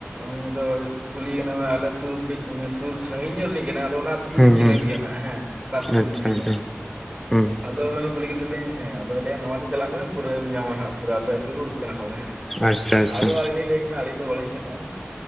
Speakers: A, on the right; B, in the centre.
A: ᱩᱱᱤ ᱫᱚ ᱠᱩᱞᱤ ᱠᱟᱱᱟ ᱟᱞᱮ ᱟᱹᱛᱩ ᱠᱟᱹᱡ ᱥᱩᱨ ᱥᱟᱹᱜᱤᱧ ᱧᱚᱜ ᱨᱤᱱᱤᱡ ᱟᱫᱚ ᱚᱱᱟ ᱟᱹᱛᱩ ᱫᱚᱞᱤᱧ
B: ᱦᱩᱸ
A: ᱪᱤᱱᱦᱟᱹᱣ
B: ᱦᱩᱸ ᱦᱩᱸ,
A: ᱜᱮᱭᱟ ᱱᱟ ᱦᱮᱸ, ᱚᱠᱟ ᱟᱹᱛᱩ ᱠᱚ
B: ᱟᱪᱪᱷᱟ
A: ᱨᱤᱱᱤᱡ
B: ᱟᱪᱪᱷᱟ
A: ᱠᱟᱱᱟᱭ
B: ᱦᱩᱸ
A: ᱟᱫᱚ ᱠᱩᱞᱤ ᱠᱮᱫᱮᱞᱤᱧ ᱦᱮᱸ ᱟᱫᱚᱭ ᱞᱟᱹᱭᱟ ᱱᱚᱣᱟᱛᱮ ᱪᱟᱞᱟᱜ ᱢᱮ ᱯᱩᱨᱟᱹᱣ ᱧᱟᱢᱟ ᱱᱟᱜ ᱯᱩᱨᱟ ᱟᱯᱮ ᱟᱹᱛᱩ ᱜᱮ ᱩᱰᱩᱠ ᱠᱟᱱᱟ ᱦᱚᱨ ᱦᱮᱸ,
B: ᱟᱪᱪᱷᱟ ᱟᱪᱪᱷᱟ
A: ᱟᱫᱚ ᱟᱹᱞᱤᱧ ᱞᱤᱧ ᱞᱟᱹᱭ ᱠᱟᱱᱟ ᱟᱹᱞᱤᱧ ᱫᱚ ᱵᱟᱹᱞᱤᱧ ᱥᱮᱱᱚᱜ-ᱟ᱾